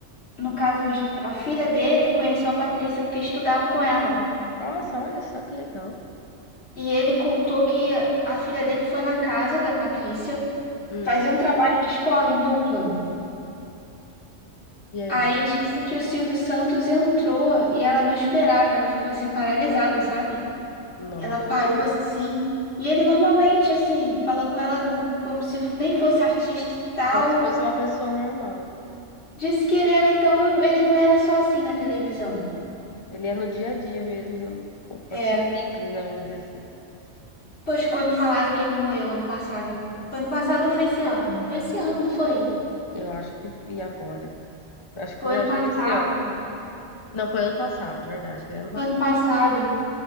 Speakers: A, on the left; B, on the left.
A: no caso, os- a filha dele conheceu a Patrícia porque estudava com ela.
B: Nossa, olha só que legal.
A: E ele contou que a filha dele foi na casa da Patrícia
B: Hum.
A: fazer um trabalho de escola em dupla.
B: E aí?
A: Aí disse que o Silvio Santos entrou e ela não esperava, ela ficou assim paralisada, sabe?
B: Nossa,
A: Ela parou assim. E ele normalmente, assim, falando com ela como se nem fosse artista e tal,
B: como se fosse uma pessoa normal.
A: disse que ele era, então, ele não era só assim na televisão.
B: Ele é no dia a dia mesmo, uma pessoa
A: É,
B: simples, né, vamos dizer assim.
A: poxa, quando falaram que ele morreu ano passado. Foi ano passado ou foi esse ano? Foi esse ano, não foi?
B: Eu acho que. E agora? Acho que
A: Foi
B: foi,
A: ano
B: acho
A: passado.
B: que foi esse ano. Não, foi ano passado, verdade. Foi ano passado.
A: Foi ano passado.